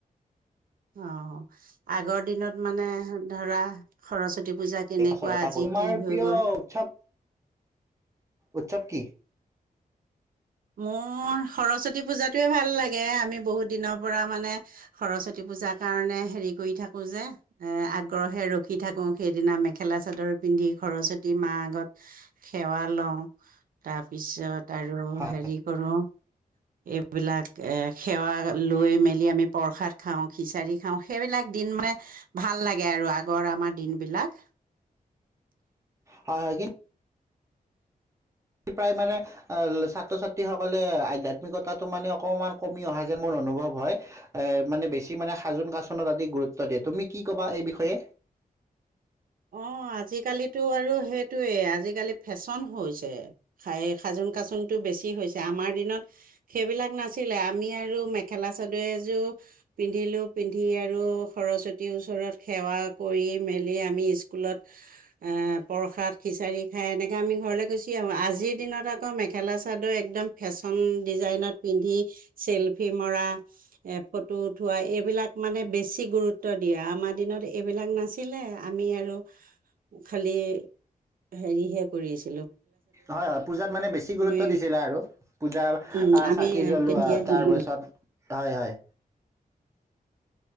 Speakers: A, on the right; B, on the right.
A: অ আগৰ দিনত মানে ধৰা সৰস্বতী পূজা কেনেকুৱা
B: পাছত এটা
A: আজি
B: ক তোমাৰ
A: কি হৈ
B: প্ৰিয়
A: গ'ল
B: উৎসৱ উৎসৱ কি?
A: মোৰ সৰস্বতী পূজাতোৱে ভাল লাগে আমি বহুত দিনৰ পৰা মানে সৰস্বতী পূজাৰ কাৰণে হেৰি কৰি থাকো যে এ আগ্ৰহে ৰখি থাকো সেইদিনা মেখেলা চাদৰ পিন্ধি সৰস্বতী মা আগত সেৱা লওঁ তাৰপিছত আৰু
B: হয়
A: হেৰি কি কৰো এই এইবিলাক সেৱা লৈ মেলি আমি প্ৰসাদ খাওঁ খিচাৰি খাওঁ সেইবিলাক দিন মানে ভাল লাগে আৰু আগৰ আমাৰ দিন বিলাক
B: হয় হয় নেকি প্ৰায় মানে ছাত্ৰ ছাত্ৰীসকলে আধ্যাত্মিকতাটো মানে অকমান কমি অহা যে মোৰ অনুভৱ হয় এ মানে বেছি মানে সাজোন কাচোনত আদি গুৰুত্ব দিয়ে তুমি কি ক'বা এই বিষয়ে
A: অ আজিকালিতো আৰু সেইটোৱেই আজিকালি ফেশ্বন হৈছে সাজোন কাচোনটো বেছি হৈছে আমাৰ দিনত সেইবিলাক নাছিলে আমি আৰু মেখেলা চাদৰ এযোৰ পিন্ধিলোঁ পিন্ধি আৰু সৰস্বতীৰ ওচৰত সেৱা কৰি মেলি আমি স্কুলত আহ পৰখাত খিচাৰি খাই এনেকে আমি ঘৰলে গুচি আহো আজিৰ দিনত আকৌ মেখেলা-চাদৰ একদম ফেচন চন ডিজাইনত পিন্ধি চেলফি মৰা এ ফটো উঠোৱা, এইবিলাক মানে বেছি গুৰুত্ব দিয়া আমাৰ দিনত এইবিলাক নাছিলে আমি আৰু খালি হেৰিহে কৰিচো
B: হয় হয় পূজাত মানে বেছি
A: আমি
B: গুৰুত্ব দিছিলে আৰু পূজা
A: উম আমি
B: চাকি জ্বলোৱা
A: তেতিয়া হেৰি
B: তাৰপিছত হয় হয়